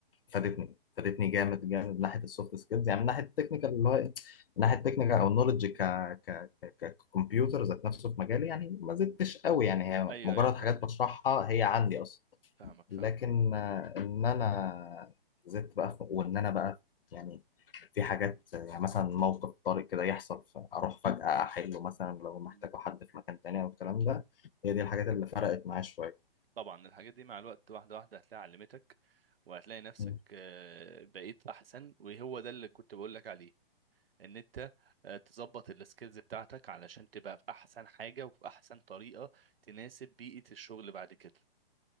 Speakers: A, on the left (about 70°); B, on the right (about 75°).
A: فادتني فادتني جامد جامد من ناحية السوفت سكيلز يعني من ناحية التكنيكال اللي هو إيه؟ من ناحية التكنيكال او النولج ك ك ك ككمبيوتر ذات نفسه في مجالي يعني ما زدتش قوي يعني هي
B: ايوه
A: مجرد
B: ايوه فاهم
A: حاجات بشرحها هي عندي اصلا
B: فاهمك
A: لكن
B: فاهمك
A: آه، ان انا زدت بقى في- وان انا بقى يعني في حاجات يعني مثلا موقف طارئ كده يحصل اروح فجأة احله مثلا لو محتاجه
B: مم.
A: حد في مكان تاني او الكلام ده هي دي الحاجات اللي فرقت معايا شوية
B: طبعا الحاجات دي مع الوقت واحده واحده هتلاقي علمتك وهتلاقي نفسك
A: مم.
B: آه، بقيت احسن وهو ده اللي كنت بقول لك عليه ان انت آه، تظبط السكيلز بتاعتك علشان تبقى في احسن حاجه وفي احسن طريقه تناسب بيئه الشغل بعد كده